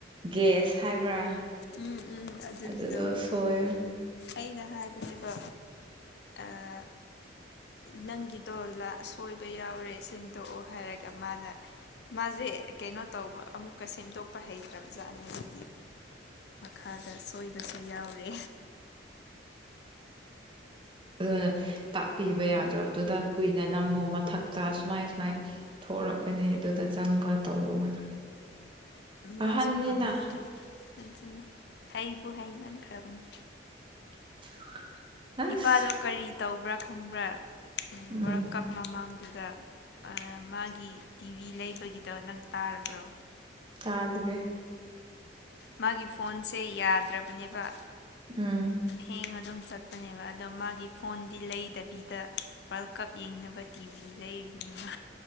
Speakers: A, on the right; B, on the left.
A: ꯒꯦꯁ ꯍꯥꯏꯕ꯭ꯔꯥ
B: ꯎꯝ ꯎꯝ ꯑꯗꯨꯒꯤꯗꯣ
A: ꯑꯗꯨꯗꯣ ꯁꯣꯏ
B: ꯑꯩꯅ ꯍꯥꯏꯕꯅꯦꯕ ꯑꯥ ꯅꯪꯒꯤꯗꯣ ꯁꯣꯏꯕ ꯌꯥꯎꯔꯦ ꯁꯦꯝꯗꯣꯛꯎ ꯍꯥꯏꯔꯒ ꯃꯥꯅ ꯃꯥꯁꯦ ꯀꯩꯅꯣ ꯇꯧꯕ ꯑꯃꯨꯛꯀ ꯁꯦꯝꯗꯣꯛꯄ ꯍꯩꯇ꯭ꯔꯕ ꯖꯥꯠꯅꯦ ꯑꯗꯨꯗꯤ ꯃꯈꯥꯗ ꯁꯣꯏꯕꯁꯨ ꯌꯥꯎꯔꯦ
A: ꯑꯗꯨꯅ ꯇꯥꯛꯄꯤꯕ ꯌꯥꯗ꯭ꯔꯗꯨꯗ ꯀꯨꯏꯅ ꯅꯝꯃꯣ ꯃꯊꯛꯇ ꯁꯨꯃꯥꯏ ꯁꯨꯃꯥꯏ ꯊꯣꯛꯔꯛꯀꯅꯤ ꯑꯗꯨꯗ ꯆꯪꯕ ꯇꯧꯋꯣꯅ
B: ꯃꯥꯁꯨ
A: ꯑꯍꯟꯅꯤꯅ
B: ꯍꯪꯉꯛꯇ꯭ꯔꯦ ꯈꯟꯁꯅꯤ ꯍꯩꯕꯨ ꯍꯩ ꯃꯟꯈ꯭ꯔꯕꯅꯤ
A: <unintelligible> ꯑꯁ
B: ꯏꯄꯥꯗꯣ ꯀꯔꯤ ꯇꯧꯕ꯭ꯔꯥ ꯈꯪꯕ꯭ꯔꯥ
A: ꯎꯝ
B: ꯋꯥꯔꯛ ꯀꯞ ꯃꯃꯥꯡꯗꯨꯗ ꯃꯥꯒꯤ ꯇꯤꯚꯤ ꯂꯩꯕꯒꯤꯗꯣ ꯅꯪ ꯇꯥꯔꯕ꯭ꯔꯣ
A: ꯇꯥꯗꯔꯦ
B: ꯃꯥꯒꯤ ꯐꯣꯟꯁꯦ ꯌꯥꯗ꯭ꯔꯕꯅꯦꯕ
A: ꯎꯝ
B: ꯍꯦꯡ ꯑꯗꯨꯝ ꯆꯠꯄꯅꯦꯕ ꯑꯗꯣ ꯃꯥꯒꯤ ꯐꯣꯟꯗꯤ ꯂꯩꯗꯕꯤꯗ ꯋꯥꯔꯜ ꯀꯞ ꯌꯦꯡꯅꯕ ꯇꯤꯚꯤ ꯂꯩꯔꯤꯅꯤꯃ